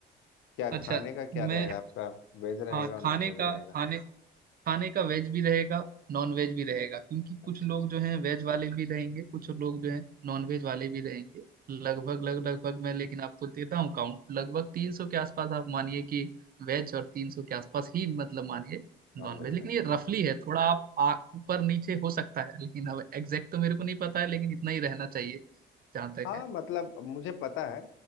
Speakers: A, on the left; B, on the right.
A: क्या
B: अच्छा
A: खाने का क्या
B: मैं
A: रहेगा आपका वेज रहेगा
B: हाँ
A: और
B: खाने
A: नॉन वेज
B: का
A: रहेगा
B: खाने खाने का वेज भी रहेगा नॉन वेज भी रहेगा क्योंकि
A: अच्छा
B: कुछ लोग
A: अच्छा
B: जो हैं वेज वाले भी रहेंगे कुछ लोग जो हैं नॉन वेज वाले भी रहेंगे लगभग
A: अच्छा अच्छा
B: लग लगभग मैं लेकिन आपको देता हूँ काउंट लगभग तीन सौ के आसपास आप मानिए कि वेज और तीन सौ के आसपास ही मतलब मानिए नॉन
A: नॉन वेज
B: वेज लेकिन
A: रहेंगे
B: ये रफली है थोड़ा आप आ- ऊपर नीचे हो सकता है लेकिन अब एग्जैक्ट तो मेरे को नहीं पता है लेकिन इतना ही रहना चाहिए जहाँ तक
A: हाँ
B: है
A: मतलब मुझे पता है